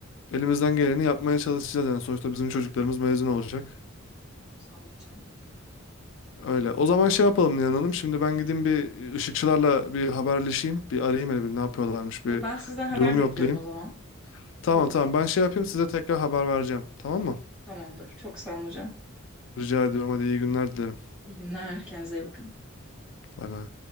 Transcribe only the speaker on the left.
Elimizden geleni yapmaya çalışacağız yani sonuçta bizim çocuklarımız mezun olacak.
Öyle. O zaman şey yapalım Nihan Hanım. Şimdi ben gideyim bir ışıkçılarla bir haberleşeyim. Bir arayayım hele bir ne yapıyorlarmış bir
durum
yoklayayım.
Tamam
tamam ben şey yapayım size tekrar haber vereceğim. Tamam mı?
Rica ediyorum hadi iyi günler dilerim.
Bay bay.